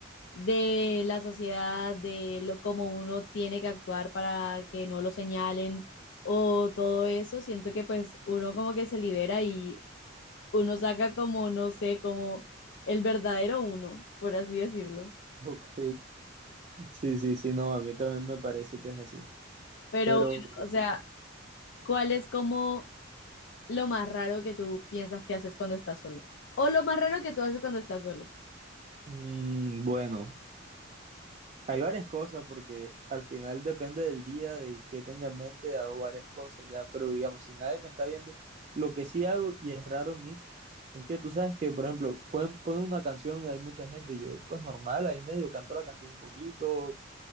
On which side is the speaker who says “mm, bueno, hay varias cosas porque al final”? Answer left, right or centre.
Right